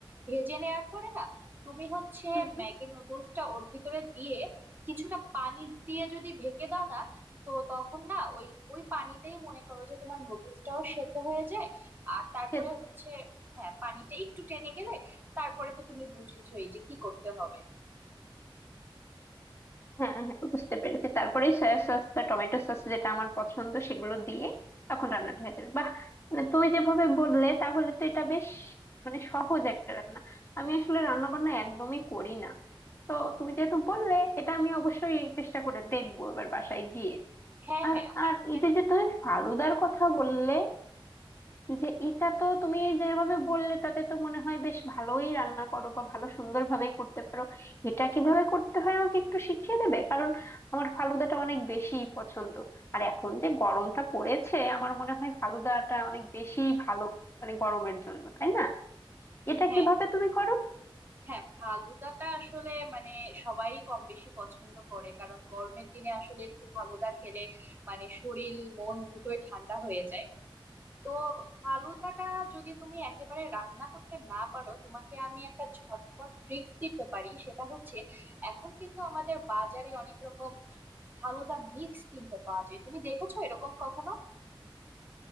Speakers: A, on the right; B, on the left.
A: ভেজে নেওয়ার পরে না তুমি হচ্ছে
B: হুম
A: ম্যাগি নুডলসটা ওর ভিতরে দিয়ে কিছুটা পানি দিয়ে যদি ঢেকে দাও না তো তখন না ওই ওই পানিতেই মনে করো যে তোমার নুডলসটাও সেদ্ধ হয়ে যায় আর তারপরে
B: সেদ্ধ
A: হচ্ছে
B: হয়ে
A: হ্যাঁ পানিটা একটু টেনে গেলে তারপরে তো তুমি বুঝেছোই যে কি করতে হবে
B: হ্যাঁ হ্যাঁ বুঝতে পেরেছি তারপরে সয়া সস বা টমেটো সস যেটা আমার পছন্দ সেগুলো দিয়ে তখন রান্নাটা হয়ে যাবে বাহ মানে তুমি যেভাবে বললে তাহলে তো এটা বেশ মানে সহজ একটা রান্না আমি আসলে রান্না বান্না একদমই করি না তো তুমি যেহেতু বললে এটা আমি অবশ্যই চেষ্টা করে দেখবো এবার বাসায় গিয়ে
A: হ্যাঁ
B: আর
A: হ্যাঁ
B: আর
A: আসলে
B: এই যে যে তুমি ফালুদার কথা বললে যে এটা তো তুমি যেভাবে বললে তাতে তো মনে হয় বেশ ভালোই রান্না করো বা ভালো সুন্দরভাবেই করতে পারো এটা কিভাবে করতে হয় আমাকে একটু শিখিয়ে দেবে কারণ আমার ফালুদাটা অনেক বেশি পছন্দ আর এখন যে গরমটা পড়েছে আমার মনে হয় ফালুদাটা অনেক বেশি ভালো মানে গরমের জন্য তাই না এটা
A: হ্যাঁ
B: কিভাবে তুমি করো
A: হ্যাঁ ফালুদাটা আসলে মানে সবাই কম বেশি পছন্দ করে কারণ গরমের দিনে আসলে একটু ফালুদা খেলে মানে শরীর মন দুটোই ঠান্ডা হয়ে যায় তো ফালুদাটা যদি তুমি একেবারে রান্না করতে না পারো তোমাকে আমি একটা ঝটপট ট্রিক্স দিতে পারি সেটা হচ্ছে এখন কিন্তু আমাদের বাজারে অনেক রকম ফালুদা মিক্স কিনতে পাওয়া যায় তুমি দেখেছো এরকম কখনো